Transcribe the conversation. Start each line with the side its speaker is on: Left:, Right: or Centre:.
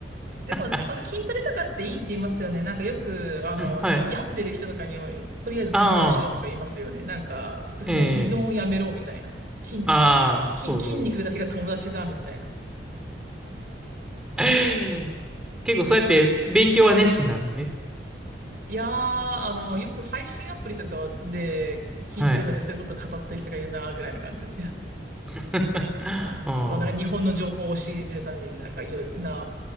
Right: でも、
Centre: あ、
Right: その筋トレとかっていいって言いますよね。なんかよく、あの、
Centre: はい。
Right: 病んでる人とかにも、とりあえず筋トレしろとか言いますよね。
Centre: ああ、
Right: なんか、そういうふうな依存をやめろみたいな。
Centre: ええ
Right: 筋、
Centre: ああ、そうそう。
Right: 筋、筋肉だけが友達だみたいな。
Centre: <laughs> 結構そうやって勉強は熱心なんですね。
Right: いやー、あの、よく配信アプリとかで聞いてるので、
Centre: はい。
Right: そういうことを語ってる人がいるな、ぐらいな感じですけど。
Centre: <laughs>
Right: <laughs>
Centre: ああ、
Right: あ、その、なんか日本の情報を教えるためにね、なんか、いろんな